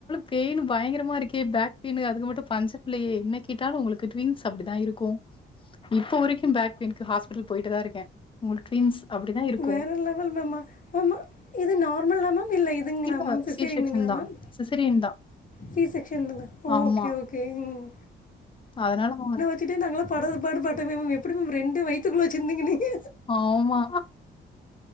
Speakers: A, on the left; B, on the left.
A: பெயின்னு பயங்கரமா இருக்கே பேக் பெயின்னு அதுக்கு மட்டு பஞ்ச பலையே என்ன கேட்டாலு உங்களுக்கு ட்டுவின்ஸ் அப்படிதா இருக்கு இப்ப வரைக்கும் பேக் பெயின்க்கு ஹாஸ்பிட்டல் போயிட்டு தா இருக்கே உங்களுக்கு ட்வீன்ஸ் அப்படிதா இருக்கு
B: வேறு லெவல் மேம்மா மேம்மா இது நார்மல் மேம இல்ல இது இதுங்களா
A: இல்ல
B: மேம் சிசேரின்ங்களா
A: சி செக்ஷன் தான்.
B: மேம்
A: சிசேரியன் தான்.
B: சீ செக்ஷன்னது ஆ
A: ஆமா.
B: ஓகே ஓகே ம்
A: அதனால பேகல
B: வெச்சிட்டு நாங்களா படாத பாடு பட்டோ எப்படி மேம் ரெண்டு வயித்துக்குள்ள வச்சிருந்தீங் நீங்க
A: ஆமா